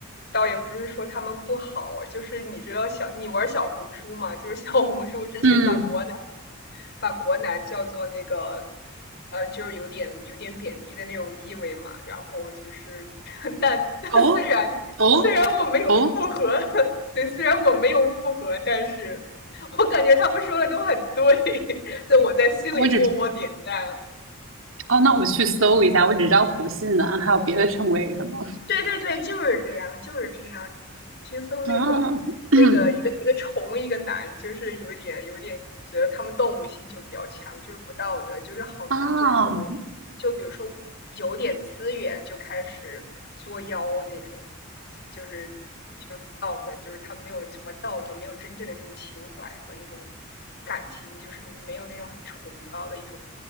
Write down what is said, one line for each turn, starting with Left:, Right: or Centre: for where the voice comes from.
Left: 倒也不是说他们不好，就是你知道小你玩小红书嘛？就是小红书之前把国男
Right: 嗯，
Left: 把国男叫做那个，嗯、呃就是有点有点贬低的那种意味嘛。然后就是，<laughs> 但但虽然虽然我没有复合，
Right: 哦哦哦，
Left: <laughs> 对，虽然我没有复合，但是我感觉他们说的都很对。<laughs> 就我在心里默默点赞。
Right: 我只知哦，那我去搜一下，我只知道普信男，还有别的称谓是什么？
Left: 对对对，就是这样，就是这样。你你去搜那个那个一个一个虫一个男，
Right: 啊 <clears throat>
Left: 就是有一点有一点觉得他们动物性就比较强，就是不道德，就是好像就觉得，
Right: 啊，<coughs> <clears throat>
Left: 就比如说有点资源就开始作妖那种，就就是就是不道德，就是他们没有什么道德，没有真正的那种情怀和那种感情，就是没有那种很崇高的一种